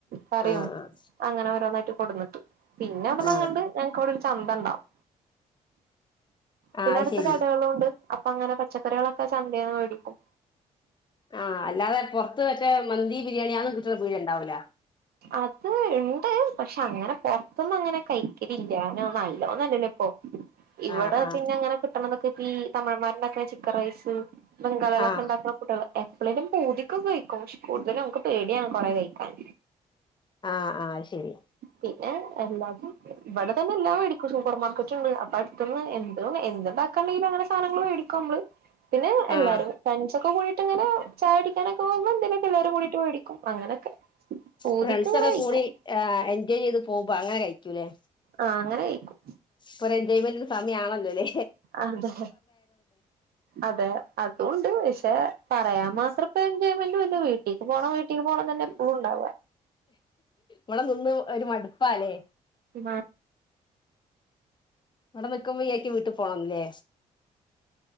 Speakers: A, on the right; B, on the left.
A: കറിം.
B: ആഹ് ആഹ്
A: അങ്ങനെ ഓരോന്നായിട്ട് കൊട്ന്ന്ട്ട് പിന്നെ അവ്ട്ന്നങ്ങാണ്ട്
B: ആഹ്
A: ഞങ്ങക്ക് അവ്ടൊര് ചന്ത ണ്ടാവും.
B: ആഹ്
A: പിന്നെ
B: അത്
A: അട്ത്ത്
B: ശരി
A: കടകളുണ്ട്. അപ്പൊ അങ്ങനെ പച്ചക്കറികളൊക്കെ ചന്തേന്ന് മേടിക്കും.
B: ആഹ് അല്ലാതെ പൊർത്ത് മറ്റെ മന്തി, ബിരിയാണി അതൊന്നും കിട്ട്ണ പിട്യ ണ്ടാവൂല.
A: അത് ഇണ്ട്. പക്ഷെ അങ്ങനെ പൊർത്ത്ന്നങ്ങനെ കഴിക്കലില്ലാ. നെ നോല്ലോന്നല്ലല്ലെ ഇപ്പൊ. ഇവടെ
B: ആഹ് ആഹ്
A: പിന്നെ അങ്ങനെ കിട്ടണതൊക്കെ പ്പെ ഈ തമഴമ്മാര് ണ്ടാക്ക്ണെ ചിക്കൻ റൈസ് ബംഗാളോളൊക്ക
B: ആഹ്
A: ണ്ടാക്ക്ണ <unintelligible> എപ്പളേലും പൂതി ക്കൊന്ന് കഴിക്കും. പക്ഷെ കൂട്തലും നമുക്ക് പേടിയാണ് കൊറെ കഴിക്കാൻ.
B: ആഹ് ആഹ് ശരി.
A: പിന്നെ എല്ലാർക്കും വടെ തന്നെ എല്ലാം മേടിക്കും സൂപ്പർ മാർക്കറ്റ്ണ്ട്. അപ്പൊ അട്ത്ത്ന്ന് എന്തൊള്ളെ എന്ത് ണ്ടാക്കാണ്ടെങ്കിലും അങ്ങനെ സാനങ്ങള് മേടി ക്കമ്മള്. പിന്നെ എല്ലാരും
B: ആഹ്
A: ഫ്രണ്ട് സൊക്കെ കൂടി ട്ടങ്ങനെ ചായൊടിക്കാനൊക്കെ പോവ്മ്പം എന്തേലൊക്കെ എല്ലാരും കൂടിട്ട് മേടിക്കും അങ്ങനൊക്കെ. പൂതിക്ക്
B: ഫ്രണ്ട്
A: ഇങ്ങനെ
B: സൊക്കെ
A: കഴിക്കും
B: കൂടി ഏഹ് എൻജോയ് ചെയ്ത് പോക്മ്പ അങ്ങനെ കഴിക്കൂലെ.
A: ആഹ് അങ്ങനെ കഴിക്കും.
B: പ്പൊര് എൻജോയ്മെന്റിന്റെ സമയമാണല്ലൊ ലെ
A: അതെ അതെ അതൊണ്ട് പക്ഷെ പറയാം മാത്രപ്പൊ എൻജോയ്മെന്റൂല്ല വീട്ടീക്ക് പോണം വീ ട്ടീ പോണം തന്നെ എപ്പളും ണ്ടാവാ.
B: വടെ നിന്ന് ഒര് മട്പ്പാ ലെ
A: ഉ
B: വ്ടെ നിക്ക്മ്പം വിചാരിക്കും വീട്ട് പോണംന്ന് ലെ.